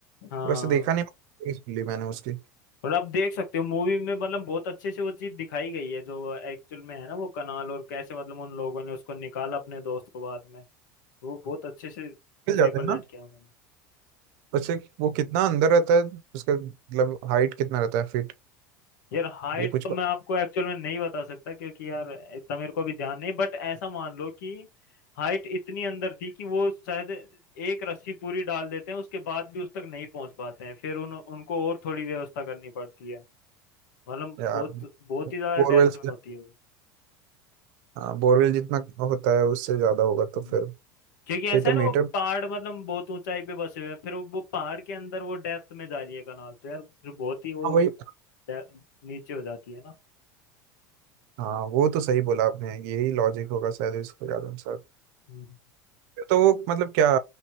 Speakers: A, on the left; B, on the right.
A: हाँ
B: वैसे देखा नहीं movies मिली मैंने उसकी
A: और आप देख सकते हो मूवी में मतलब बहुत अच्छे से वो चीज दिखाई गई है जो एक्चुअल में है ना वो कनाल और कैसे मतलब उन लोगों ने उसको निकाला अपने दोस्त को बाद में वो बहुत अच्छे से
B: मिल जाते
A: रिप्रेजेंट
B: हैं ना
A: किया उन्होंने
B: वैसे वो कितना अंदर रहता है उसका मतलब हाइट कितना रहता है फीट
A: यार हाइट
B: ये कुछ
A: तो मैं
B: पता-
A: आपको एक्चुअल में नहीं बता सकता क्योंकि यार इतना मेरे को अभी ध्यान नहीं बट ऐसा मान लो कि हाइट इतनी अंदर थी कि वो शायद एक रस्सी पूरी डाल देते हैं उसके बाद भी उस तक नहीं पहुंच पाते हैं फिर उन उनको और थोड़ी व्यवस्था करनी पड़ती है मतलब
B: यार
A: बहुत बहुत ही ज्यादा
B: बोरवेल
A: डेप्थ में होती है वो
B: हाँ बोरवेल जितना होता है उससे ज्यादा होगा
A: हम्म।
B: तो फिर
A: क्योंकि ऐसा
B: फिर तो
A: है
B: मीटर
A: ना वो पहाड़ मतलब बहुत ऊंचाई पे बसे हुए हैं फिर वो वो पहाड़ के अंदर वो डेप्थ में जा रही है कनाल तो यार फिर बहुत ही वो
B: हाँ वही
A: डे- नीचे हो जाती है
B: हाँ वो तो सही बोला आपने यही लॉजिक होगा शायद इसको ज्यादा अनुसार
A: ना
B: फिर तो वो मतलब क्या